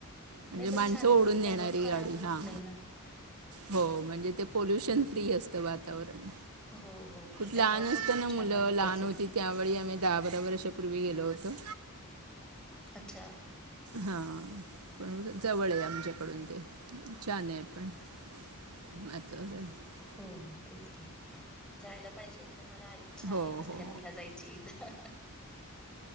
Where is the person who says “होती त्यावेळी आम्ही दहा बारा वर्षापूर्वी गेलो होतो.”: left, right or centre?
Right